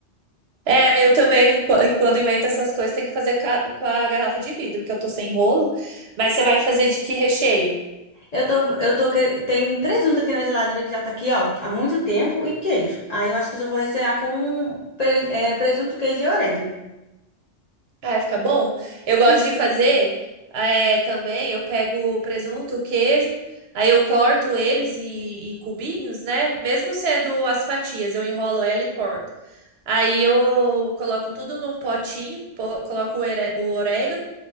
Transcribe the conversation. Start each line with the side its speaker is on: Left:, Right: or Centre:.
Right: É, eu também, qu- quando invento essas coisas, tem que fazer ca- com a garrafa de vidro, porque eu tô sem rolo. Mas você vai fazer de que recheio?
Left: Eu tô, eu tô, que- tem presunto aqui na geladeira que já tá aqui, ó, há muito tempo e queijo. Aí eu acho que eu só vou recear com pre- é, presunto, queijo e orégano.
Right: Ah, fica bom. Eu gosto
Left: Fica.
Right: de fazer é, também. Eu pego o presunto, o queijo, aí eu corto eles em, em cubinhos, né? Mesmo sendo as fatias, eu enrolo ela e corto. Aí eu coloco tudo num potinho, po- coloco o ere- o orégano,